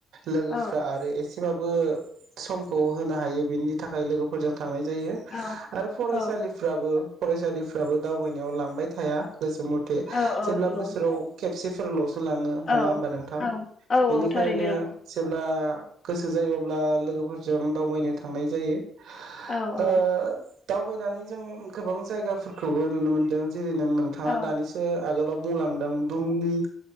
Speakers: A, on the right; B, on the left.
A: लोगोफ्रा
B: औ
A: आरो ए सेबाबो समखौ होनो हायो बेनि थाखाय लोगोफोरजों थांनाय जायो
B: औ
A: आरो फरायसालिफ्राबो
B: औ
A: फरायसालिफ्राबो दावबायनायाव लांबाय थायो। थाया गोसो मथे
B: औ औ
A: ब्ला
B: नंगौ
A: बोसोराव खेबसे फोरलसो बो लाङो
B: औ
A: नङा होमबा नोंथां
B: औ औ
A: बेनिखायनो
B: औ थारैनो नंगौ
A: जेब्ला गोसो जायो अब्ला लोगोफोरजों दावबायनो थांनाय जायो
B: औ औ
A: ओ दावबायनानै जों गोबां जायगाफोरखौबो नुनो मोनदों जेरै नों नोंथाङा
B: औ
A: दानिसो आगोलाव बुंलांदों बुं उम